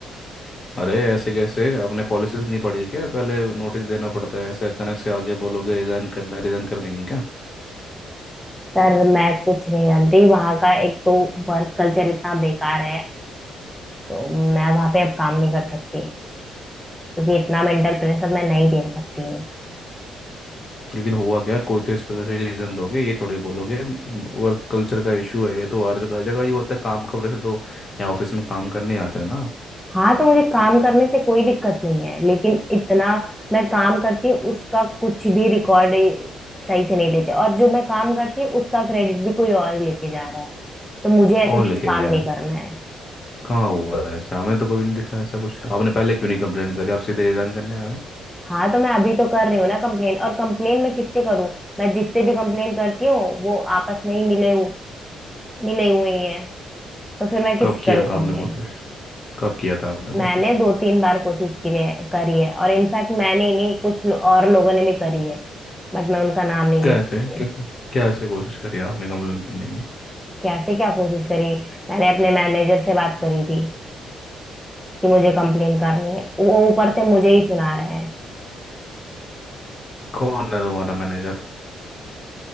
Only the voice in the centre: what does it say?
सर मैं कुछ नहीं जानती वहाँ का एक तो वर्क कल्चर इतना बेकार है तो मैं वहाँ पे अब काम नहीं कर सकती क्योंकि इतना मेंटल प्रेशर मैं नहीं झेल सकती हूँ
हाँ तो मुझे काम करने से कोई दिक्कत नहीं है लेकिन इतना मैं काम करती हूँ उसका कुछ भी रिकॉर्ड सही से नहीं देते और जो मैं काम करती हूँ उसका क्रेडिट भी कोई और ही लेके जा रहा है तो मुझे
ऐसी जगह
काम
नहीं करना है
हाँ तो मैं अभी तो कर रही हूँ ना कंप्लेन और कंप्लेन मैं किससे करूँ मैं जिससे भी कंप्लेन करती हूँ वो आपस में ही मिले हु, मिले हुए ही हैं तो फिर मैं किससे
करूँ
कंप्लेन
मैंने दो तीन बार कोशिश की है करी है और इनफैक्ट मैंने ही नहीं कुछ लो- और लोगों ने भी करी है बट मैं उनका नाम नहीं
ले सकती
कैसे क्या कोशिश करी मैंने अपने मैनेजर से बात करी थी कि मुझे कंप्लेन करनी है वो ऊपर से मुझे ही सुना रहे हैं